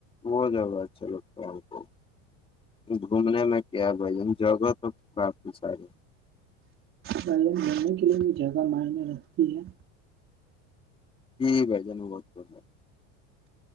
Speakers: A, on the left; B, on the right.
A: وہ جگہ اچھا لگتا ہے ہم کو گھومنے میں کیا ہے بھائی جگہ تو کافی ساری
B: بائن دڑنے کے لیئے بھی جگہ معنی رکھتی ہے
A: جی جی بھ جان بہت ب ہے